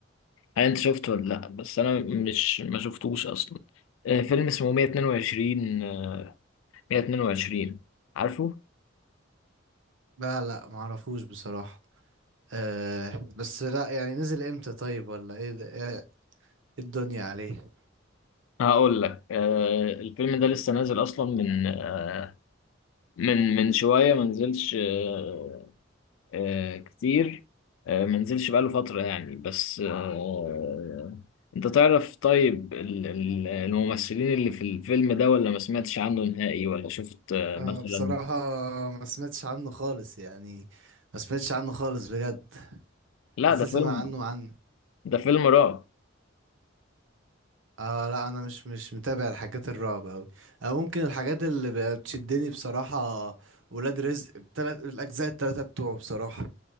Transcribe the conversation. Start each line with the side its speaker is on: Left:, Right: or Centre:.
Left: هل أنت شفته ولا لأ بس أنا مش ما شفتوش أصلا آه، فيلم اسمه 122 آه، 122 عارفه؟
Right: لا لا معرفوش بصراحة آه بس لا يعني نزل امتى طيب ولا ايه ده ايه إيه الدنيا عليه
Left: هقول لك آه، الفيلم ده لسه نازل أصلا من آه، من من شوية ما نزلش آه، آه، كتير آه، ما نزلش بقاله فترة يعني بس آه، انت تعرف طيب ال- ال- الممثلين اللي في الفيلم ده ولا ما سمعتش عنه نهائي ولا شفت آه،
Right: انا
Left: مثلا
Right: بصراحة ما سمعتش عنه خالص يعني ما سمعتش عنه خالص بجد
Left: لا
Right: لسه
Left: ده فيلم
Right: سامع عنه عنه
Left: ده فيلم رعب
Right: اه لا انا مش مش متابع الحاجات الرعب اوي آه ممكن الحاجات اللي بتشدني بصراحة ولاد رزق بتلات الاجزاء التلاتة بتوعه بصراحة